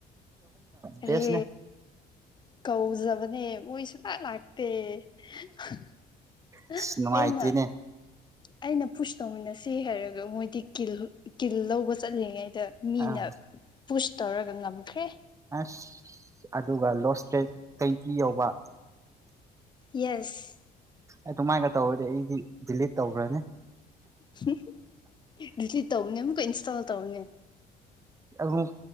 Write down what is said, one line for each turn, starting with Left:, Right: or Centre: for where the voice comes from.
Left: ꯍꯔꯦ
Right: ꯕꯦꯁꯅꯦ
Left: ꯀꯧꯖꯕꯅꯦ ꯃꯣꯏ ꯁꯨꯡꯂꯥꯛ ꯂꯥꯛꯇꯦ <unintelligible>
Right: ꯑꯁ ꯅꯨꯡꯉꯥꯏꯇꯦꯅꯦ
Left: ꯑꯩꯅ ꯑꯩꯅ ꯄꯨꯁ ꯇꯧꯃꯤꯟꯅꯁꯤ ꯍꯥꯏꯔꯒ ꯃꯣꯏꯗꯤ ꯀꯤꯜ ꯀꯤꯜ ꯂꯧꯕ ꯆꯠꯂꯤꯉꯩꯗ ꯃꯤꯅ
Right: ꯑꯥ
Left: ꯄꯨꯁ ꯇꯧꯔꯒ ꯉꯝꯈ꯭ꯔꯦ
Right: ꯑꯥꯁ ꯑꯗꯨꯒ ꯂꯣꯁ ꯏꯁꯇ꯭ꯔꯦꯠ ꯇꫭꯏꯟꯇꯤ ꯌꯧꯕ
Left: ꯌꯦꯁ
Right: ꯑꯗꯨꯃꯥꯏꯒ ꯇꯧꯔꯗꯤ ꯑꯩꯗꯤ ꯗꯤꯂꯤꯠ ꯇꯧꯈ꯭ꯔꯅꯤ
Left: <unintelligible> ꯗꯤꯂꯤꯠ ꯇꯧꯕꯅꯦ ꯑꯃꯨꯛꯀ ꯏꯟꯁꯇꯣꯜ ꯇꯧꯕꯅꯦ
Right: ꯑꯃꯨꯛ